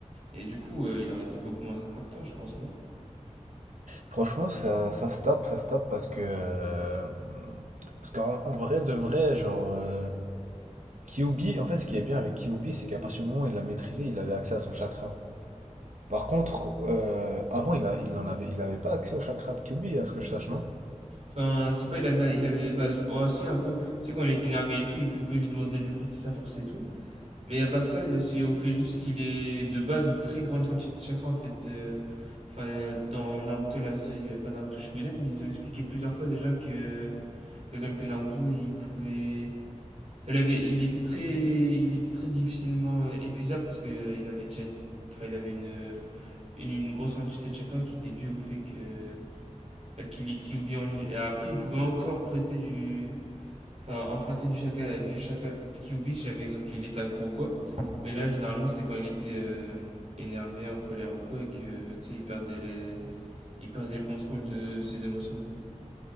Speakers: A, on the right; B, on the right.
A: Et du coup, euh, il aurait été beaucoup moins impactant, je pense, non
B: Franchement, ça, ça se tape, ça se tape parce que. euh, parce qu'en en vrai, de vrai, genre. euh, Kyubi, en fait, ce qui est bien avec Kyubi, c'est qu'à partir du moment où il l'a maîtrisé, il avait accès à son chakra. Par contre, euh, avant, il a, il en avait, il avait pas accès au chakra de Kyubi, à ce que je sache, non?
A: Enfin, c'est pas, il avait. Il avait bah, oh, si, un peu. Tu sais, quand il était énervé et tout, il pouvait lui demander de lui prêter sa force et tout. Mais il n'y a pas que ça, il y a aussi au fait juste qu'il est de base une très grande quantité de chakra, en fait. euh, Enfin, dans Naruto, la série, euh, pas Naruto Shippuden, ils ont expliqué plusieurs fois déjà que. Par exemple, que Naruto, il pouvait. Elle avait, il était très, il était très difficilement euh, épuisable parce que euh, il avait déjà, une- enfin, il avait une, euh, une, une grosse quantité de chakra qui était due au fait que bah, qu'il est Kyuubi en lui. Et après, il pouvait encore prêter du, enfin, emprunter du chakra, du chakra de Kyuubi si jamais, exemple, il était à court ou quoi. Mais là, généralement, c'était quand il était euh, énervé, en colère ou quoi, et que, euh, tu sais, il perdait les, il perdait le contrôle de ses émotions, quoi.